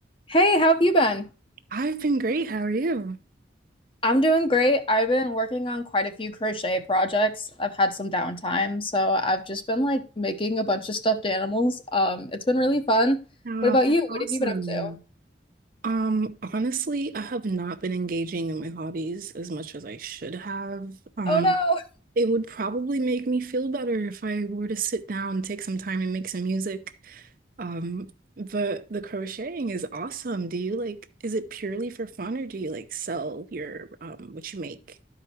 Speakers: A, on the left; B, on the right.
A: Hey, how have you been?
B: I've been great. How are you?
A: I'm doing great. I've been working on quite a few crochet projects. I've had some downtime, so I've just been like making a bunch of stuffed animals. Um, it's been really fun.
B: Oh,
A: What about
B: that's
A: you?
B: awesome.
A: What have you been up to?
B: Um, honestly, I have not been engaging in my hobbies as much as I should have. Um,
A: Oh no.
B: it would probably make me feel better if I were to sit down and take some time and make some music. Um, but the crocheting is awesome. Do you like, is it purely for fun or do you like sell your um what you make?